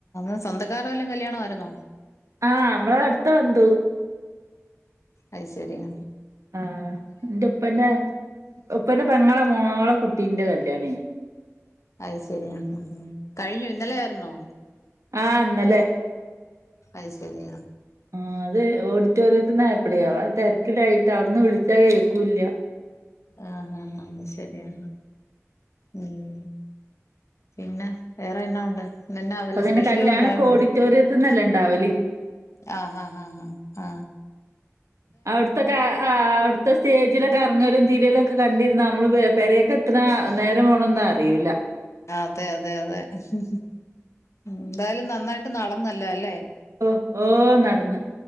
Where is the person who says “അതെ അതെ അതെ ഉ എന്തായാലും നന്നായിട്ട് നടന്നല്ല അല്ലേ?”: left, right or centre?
Left